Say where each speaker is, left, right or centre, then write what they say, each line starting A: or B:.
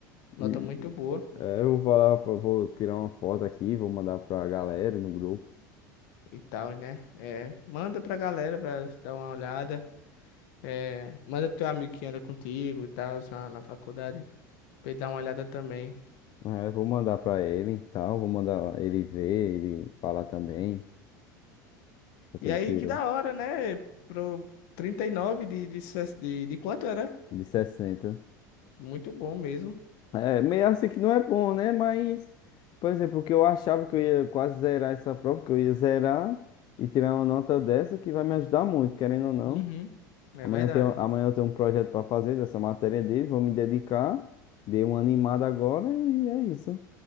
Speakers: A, on the left; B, on the left.
A: Nota
B: E,
A: muito boa
B: é, eu vou falar, pra- vou tirar uma foto aqui, vou mandar pra galera no grupo.
A: e tal, né? É, manda pra galera pra dar uma olhada. É, manda pro teu amigo que anda contigo e tal, na, na faculdade, pra ele dar uma olhada também.
B: É, vou mandar pra ele e tal. Vou mandar ele ver, ele falar também. Quanto
A: E
B: ele
A: aí,
B: tirou
A: que da hora, né? Pro 39 de, de, ses- de, de quanto era?
B: de 60.
A: Muito bom mesmo.
B: É, meio assim que não é bom, né? Mas, por exemplo, o que eu achava que eu ia quase zerar essa prova, que eu ia zerar e tirar uma nota dessa que vai me ajudar muito, querendo ou não.
A: Uhum. É
B: Amanhã
A: verdade.
B: eu tenho, amanhã eu tenho um projeto para fazer dessa matéria deles, vou me dedicar, dei uma animada agora e é isso.